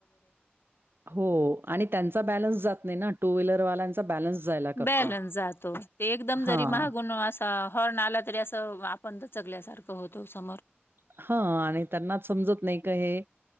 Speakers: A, on the right; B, on the left.
A: हो आणि त्यांचा बॅलन्स जात नाही ना. टू व्हीलरवाल्यांचा बॅलन्स जायला करतो.
B: बॅलन्स जातो, ते एकदम
A: हां.
B: जरी मागून असा हॉर्न आला तरी असं आप पण दचगल्यासारखं होतो समोर
A: हा आणि त्यांना समजत नाही का हे,